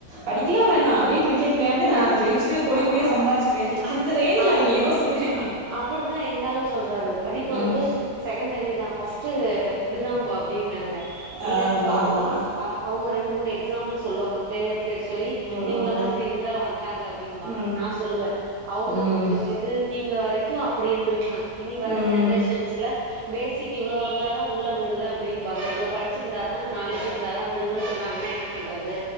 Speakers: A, on the right; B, on the right.
A: படிக்கலாம் வேணா அப்டியே கிரிக்கெட் விளையாண்டு
B: அ
A: நான் ஜெயிச்சு கோடிகோடியா
B: அ
A: சம்பாரிச்சிருவேன் அந்த ரேஞ்ச்ல
B: அது
A: அவிங்க யோசிக்கிறாங்க
B: அ அப்டித்தான் எங்காலும் சொல்றாரு படிப்பு
A: ம்
B: வந்து செகண்டரி தான் ஃபஸ்டு ப அப்டினாங்க இல்ல
A: ஆமா
B: இப்ப அவுங்க
A: ஆமா
B: அ அவுங்க ரெண்டு மூன் எக்ஸாம்பிள்ஸ் சொல்லுவாங்க பிளேயர் பேர் சொல்லி
A: ம்
B: இவுங்கல்லாம்
A: ம்
B: இப்டி இருந்தா வந்தாங்க அப்டின்ம்பா
A: ம்
B: நா சொல்லுவே அவுங்க
A: ம்
B: இது தீம்ல வரைக்கும் அப்டி இருந்திருக்கலாம் இனி வர
A: ம்
B: ஜென்ரேஷன்ஸ்ல
A: ம்
B: பேசிக் இவ்ளோ இருந்தா தான் உள்ள விடுவே அப்டின்பாங்க இவ்ளோ படு ச்சு இருந்தா தான் நாலேஜ் இருந்தாதா விடுவன் சொன்னாங்கன்னா என்ன பண்றது